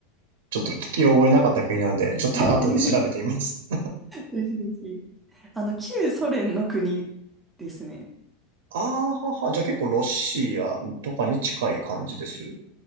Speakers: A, on the right (about 85°); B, in the centre.
A: ちょっと聞き覚えなかった国なんで、ちょっと
B: <laughs>
A: <laughs> 後で調べてみます。
B: ぜひぜひ。あの、旧ソ連の国ですね。
A: <laughs> ああ、はは。じゃあ結構ロシアとかに近い感じです。